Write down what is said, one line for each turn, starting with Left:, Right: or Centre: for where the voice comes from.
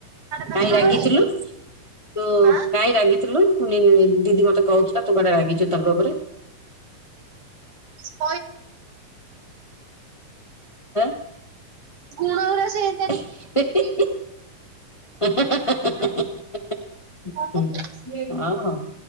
Right: ପାଞ୍ଚଟା
Left: କାଇଁ ରାଗିଥିଲୁ
Right: ବେଳେ
Left: ତୁ
Right: ଆଁ
Left: କାଇଁ ରାଗି ଥିଲୁ। ପୁଣି ଦିଦି ମତେ କହୁଥିଲା ତୁ କୁଆଡେ ରାଗିଚୁ ତାଙ୍କ ଉପରେ?
Right: ଶ <unintelligible>
Left: ହେଁ।
Right: ଗୁଣ ଓରା ସେ <unintelligible>
Left: <unintelligible> <unintelligible> <unintelligible>
Right: କଣ
Left: ହୁଁ
Right: କରିବି
Left: <unintelligible> ଆଉ